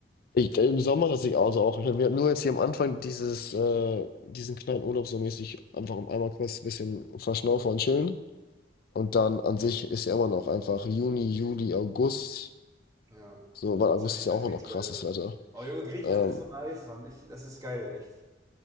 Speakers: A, on the left; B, on the right.
A: Ich, äh, Im Sommer tatsächlich auch, also auch. Ich, wir hatten nur jetzt hier am Anfang dieses, äh, diesen kleinen Urlaub so mäßig, einfach um einmal kurz ein bisschen verschnaufen und chillen. Und dann an sich ist ja immer noch einfach Juni, Juli, August.
B: Ja.
A: So, weil August
B: Wahrscheinlich,
A: ist ja
B: wenn
A: auch
B: es richtig
A: noch krasses
B: geil wird.
A: Wetter.
B: Oh, Junge, Griechenland
A: Ähm,
B: ist so nice, Mann. Ich, das ist geil, echt.